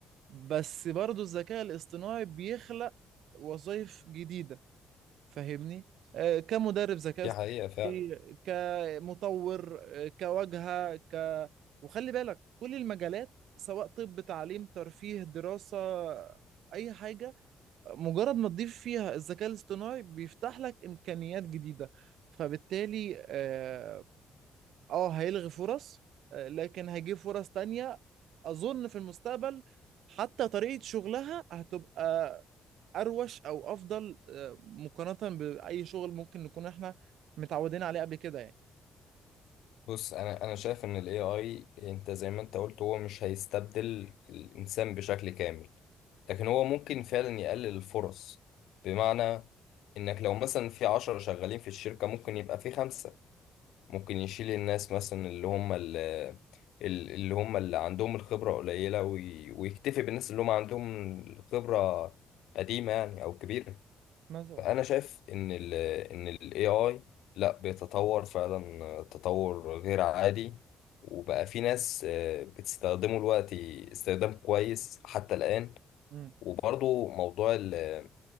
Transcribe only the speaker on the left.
دي
حقيقه فعلا
بص انا انا شايف ان الاي اي انت زي ما انت قلت هو مش هيستبدل الانسان بشكل كامل لكن هو ممكن فعلا يقلل الفرص بمعنى انك لو مثلا في عشرة شغالين في الشركة ممكن يبقى في خمسة ممكن يشيل الناس مثلا اللي هم ال- ال- اللي هم اللي عندهم الخبرة قليلة وي- ويكتفي بالناس اللي هم عندهم الخبرة قديمة يعني او كبيرة
فانا شايف ان ال ان ال AI لا بيتطور فعلا تطور غير عادي وبقى في ناس آه، بتستخدمه دلوقتي استخدام كويس حتى الآن
وبرضو موضوع ال-